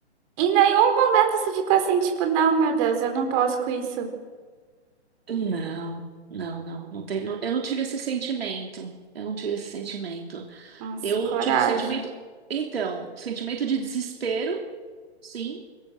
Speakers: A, on the right (about 30°); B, on the right (about 60°).
A: Em nenhum momento você ficou assim, tipo, não, meu Deus, eu não posso com isso.
B: Não, não, não, não tem, não- eu não tive esse sentimento. Eu não tive esse sentimento.
A: Nossa,
B: Eu
A: coragem.
B: tive o sentimento, então, sentimento de desespero, sim.